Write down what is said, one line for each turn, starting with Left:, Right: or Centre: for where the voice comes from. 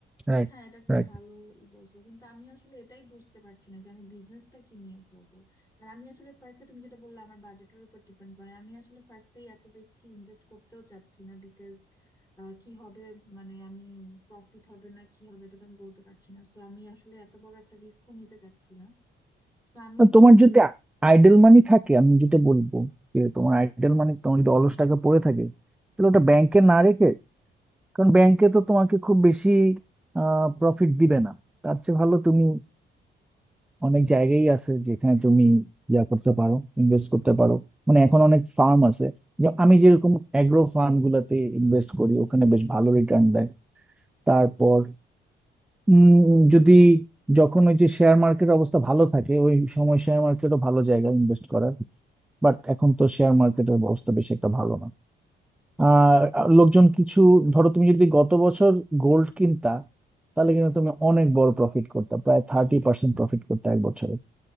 Centre: রাইট
Left: হ্যাঁ এটা একটা
Centre: রাইট
Left: ভালো ই বলছো কিন্তু আমি আসলে এটাই বুঝতে পারছি না যে আমি বিজনেসটা কি নিয়ে করবো আর আমি আসলে ফার্স্টে তুমি যেটা বললে আমার বাজেটের উপর ডিপেন্ড করে আমি আসলে ফার্স্টেই এত বেশি ইনভেস্ট করতেও চাচ্ছি না বিকজ কি হবে মানে আমি প্রফিট হবে না কি হবে এটা তো আমি বলতে পারছি না সো আমি আসলে এত বড় একটা রিস্কও নিতে চাচ্ছি না সো আমি একটু
Centre: তোমার যদি আইডল মানি থাকে আমি যেটা বলবো যে তোমার আইডল মানি তোমার যদি অলস টাকা পড়ে থাকে তাহলে ওটা ব্যাংকে না রেখে কারণ ব্যাংকে তো তোমাকে খুব বেশি প্রফিট দিবে না তার চেয়ে ভালো তুমি অনেক জায়গায় আছে যেখানে তুমি ইয়া করতে পারো ইনভেস্ট করতে পারো মানে এখন অনেক ফার্ম আছে যে আমি যেরকম অ্যাগ্রো ফার্ম গুলাতে ইনভেস্ট করি ওখানে বেশ ভালো রিটার্ন দেয় তারপর উম, যদি যখন ওই যে শেয়ার মার্কেটের অবস্থা ভালো থাকে ওই সময় শেয়ার মার্কেটও ভালো জায়গা ইনভেস্ট করার বাট এখন তো শেয়ার মার্কেটের অবস্থা বেশি একটা ভালো না আহ লোকজন কিছু ধরো তুমি যদি গত বছর গোল্ড কিনতা তাহলে কিন্তু তুমি অনেক বড় প্রফিট করতে প্রায় থার্টি পার্সেন্ট প্রফিট করতে এক বছরে